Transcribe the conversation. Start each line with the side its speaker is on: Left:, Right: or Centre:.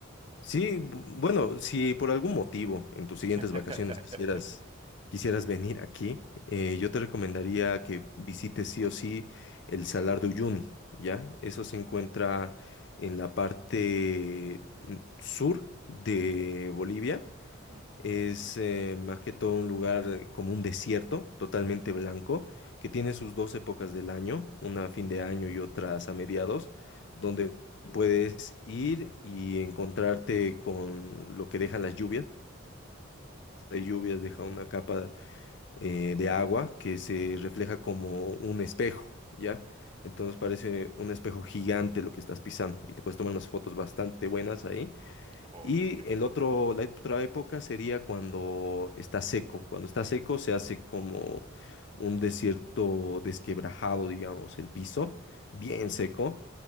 Left: Sí, bu- bueno, si por algún motivo en tus siguientes
Right: <laughs>
Left: vacaciones quisieras, quisieras venir aquí, eh, yo te recomendaría que visites sí o sí el Salar de Uyuni, ¿ya? Eso se encuentra en la parte mm, sur de Bolivia
Right: Ujú.
Left: es eh, más que todo un lugar eh, como un desierto, totalmente blanco, que tiene sus dos épocas del año, una a fin de año y otras a mediados, donde puedes ir y encontrarte con lo que dejan las lluvias. Las lluvias deja una capa eh, de agua que se refleja como un espejo, ¿ya? Entonces
Right: Ok.
Left: parece un espejo gigante lo que estás pisando y te puedes tomar unas fotos bastante buenas ahí.
Right: Oh,
Left: Y
Right: ok,
Left: el
Right: ok.
Left: otro, la otra época sería cuando está seco. Cuando está seco se hace como un desierto desquebrajado, digamos, el piso, bien
Right: Ujú.
Left: seco.